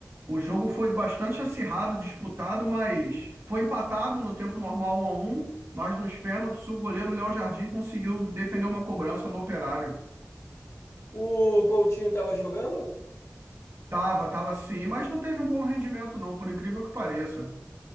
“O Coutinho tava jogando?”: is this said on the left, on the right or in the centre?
Left